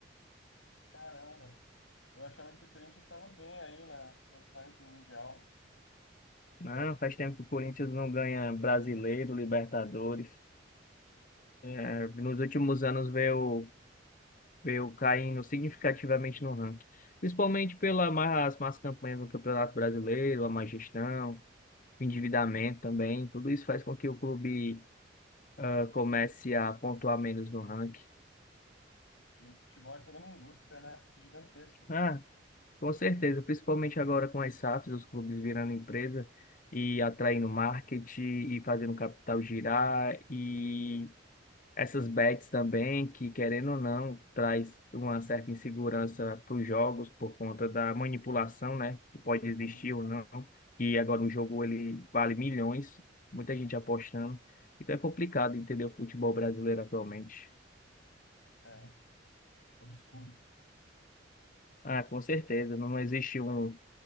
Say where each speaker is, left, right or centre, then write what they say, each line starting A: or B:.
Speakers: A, on the left; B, on the left.
A: caramba. Eu achava que o Corinthians estava bem aí na, nos ranking mundial.
B: Não,
A: Melhor do que
B: faz
A: o
B: tempo que o Corinthians
A: Palmeiras.
B: não ganha brasileiro, Libertadores. É, nos últimos anos veio. veio caindo significativamente no ranking, principalmente pelas más, más campanhas no Campeonato Brasileiro, a má gestão, o endividamento também, tudo isso faz com que o clube ah, comece a pontuar menos no ranking.
A: de futebol é toda uma indústria, né? Gigantesca.
B: Ah, com certeza, principalmente agora com as SAFs, os clubes virando empresa e atraindo marketing e fazendo o capital girar e Essas bets também, que querendo ou não, traz uma certa insegurança para os jogos por conta da manipulação, né? Que pode existir
A: Uhum.
B: ou não, que agora o jogo ele vale milhões, muita gente apostando. Então é complicado entender o futebol brasileiro atualmente.
A: É, obscuro.
B: Ah, com certeza, não existe um,